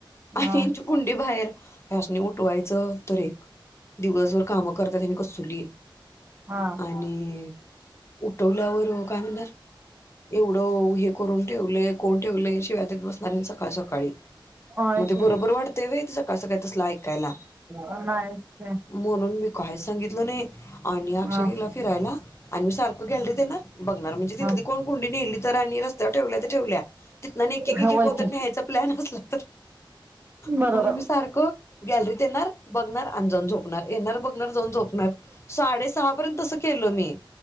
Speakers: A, on the left; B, on the right.
A: आणि
B: हा
A: ह्यांची कुंडी बाहेर ह्यासनी उठवायचं तर एक दिवसभर काम करत्यात ह्यानी कसली
B: हा
A: आणि उठवल्यावर काय म्हणणार एवढं हे करून ठेवलंय, कोण ठेवलंय, शिव्यादेत बसणार आणि सकाळ सकाळी.
B: होय
A: मं ते
B: की
A: बरोबर वाटतंय व्हय, ते सकाळ सकाळी तसलं ऐकायला.
B: नाहीच की
A: म्हणून मी काहिच सांगितलो नाई, आणि अक्षय
B: हा
A: गेला फिरायला. आणि मी सारखं गॅलरीत येणार बघणार म्हणजे, तिथली
B: हा
A: कोण कुंडी न्हेली तर, आणि रसत्यावर ठेवल्या ते ठेवल्या तिथनं आणि एक
B: होय
A: एक कोण तर
B: की
A: न्हयचा प्लॅन आसला तर.
B: बरोबर.
A: म्हणून मी सारखं गॅलरीत येणार, बघणार, आणि जाऊन झोपणार, येणार बघणार जाऊन झोपणार. साडेसाहा पर्यंत तसं केलं मी.